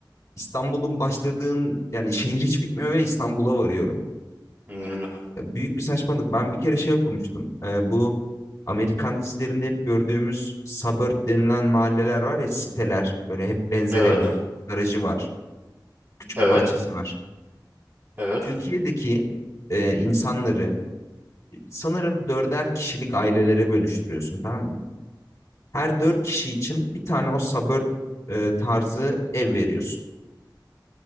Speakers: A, on the left; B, on the right.
A: İstanbul'un başladığın yani şehir hiç bitmiyor ve İstanbul'a varıyorum.
B: Hı, Öyle.
A: e, büyük bir saçmalık. Ben bir kere şey okumuştum. E, bu Amerikan dizilerinde hep gördüğümüz suburb denilen mahalleler var ya siteler. Böyle hep benzer
B: Evet.
A: evler. Garajı var. Küçük
B: Evet.
A: bir bahçesi var.
B: Evet.
A: Türkiye'deki e, insanları sanırım dörder kişilik ailelere bölüştürüyorsun tamam mı? Her dört kişi için bir tane o suburb e, tarzı ev veriyorsun.